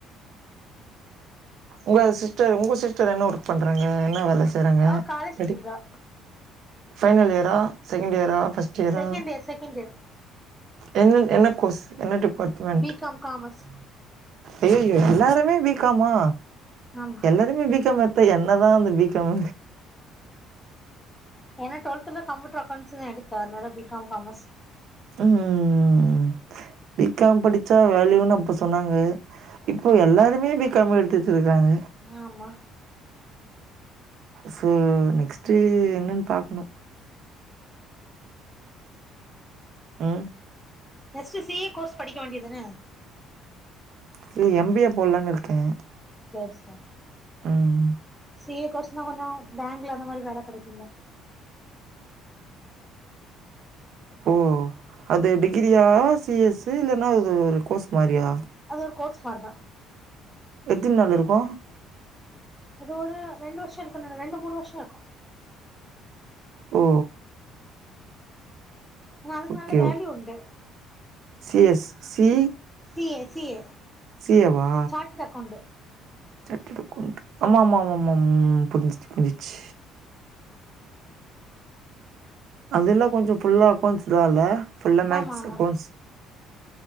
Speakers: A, on the right; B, in the centre.
A: உங்க சிஸர் உங்க சிஸ்டர் என்ன ஒர்க் பண்றாங்க என்ன வேல செய்றாங்க
B: அவ காலேஜ் படிக்கிறா
A: டி ஃபைனல் இயரா செகண்ட்டு இயரா ஃபர்ஸ்ட் இயரா
B: செகண்ட் இயர் செகண்ட் இயர்
A: என் என்ன கோர்ஸ் என்ன டிபார்ட்மென்ட்
B: பி காம் காமர்ஸ்
A: அய்யய்யோ எல்லாருமே பீக்காமா
B: ஆமா
A: எல்லாருமே பீக்காம் எடுத்தா என்னதா அந்த பீக்காம்
B: ஏனா டுவெல்த்ல கம்ப்யூட்டர் அக்கௌன்ட்ஸ் நா எடுத்த அதனால பீக்காம் காமர்ஸ்
A: ம் பீக்காம் படிச்சா வேல்யூன்னு அப்ப சொன்னாங்க இப்ப எல்லோருமே பீக்காம் எடுத்துட்டுருக்காங்க
B: ஆமா
A: சோ நெக்ஸ்ட்டு என்னுனு பாக்கணு ம்
B: நெக்ஸ்ட்டு சி ஏ கோர்ஸ் படிக்க வேண்டிதான
A: சே எம் பி ஏ போடுலான்னு இருக்கேன்
B: சேர் சேரி
A: ம்
B: சி ஏ கோர்ஸ்னா கொஞ்சோ பேங்க்ல அந்த மாரி வேல கெடைக்குமல்ல
A: ஓ அது டிகிரியா சி எஸ் இல்லனா அது ஒரு கோர்ஸ் மாரியா
B: அது ஒரு கோர்ஸ் மார்தா
A: எத்தினி நாள் இருக்கு
B: அது ஒரு ரெண்டு வருஷோ இருக்கு ரெண்டு மூணு வருஷோ இருக்கு
A: ஓ
B: ஆனா அதுக்கு
A: ஓகே
B: நல்ல வேல்யூ உண்டு
A: C S C
B: C A C A
A: C A வா
B: சார்டெட்டு அக்கவுன்ட்
A: சார்டெட்டு அக்கவுன்ட் ஆமா ஆமா ஆமா ம் ம் புரிஞ்சிச்சு புரிஞ்சிச்சு அதெல்லா கொஞ்சோ ஃபுல்லா அக்கௌண்ட்ஸ்தால்ல ஃபுல்லா மேக்ஸ்
B: ஆமா ஆமா
A: அக்கௌண்ட்ஸ்